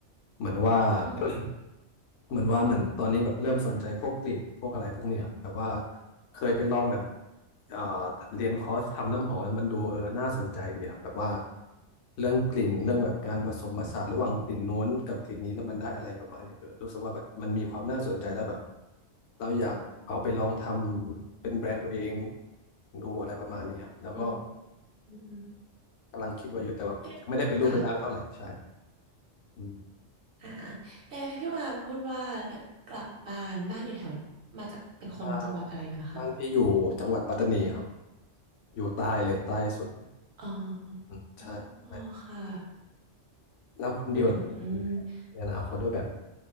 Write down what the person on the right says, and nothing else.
อืม
อืม
เอ๊ะค่ะ
อ่าเอ๊ะพี่ว่าพูดว่ากลับบ้านบ้านอยู่แถวมาจากเป็นคนจังหวัดอะไรนะคะ
อ๋อ
อ๋อค่ะ
อืม